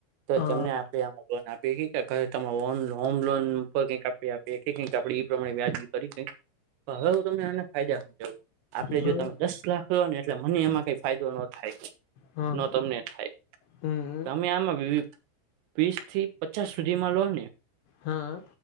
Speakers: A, on the right; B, on the left.
A: તો
B: હા
A: તમને આપે આમાં લોન આપી કે તમા હોમ હોમ લોન કઈક આપ પે કઈક આપડે એ પ્રમાણે વ્યાજી કરી કઈક હવે હું તમને આને ફાયદા હમજાઉ. આપડે
B: હા
A: જો તમે દસ લાખ લો ને એટલે મને એમાં કઈ ફાયદો ન થાય.
B: હા
A: ન તમને થાય.
B: હમ
A: તમે આમાં વી વી વીસ થી પચાસ સુધીમાં લો ને
B: હા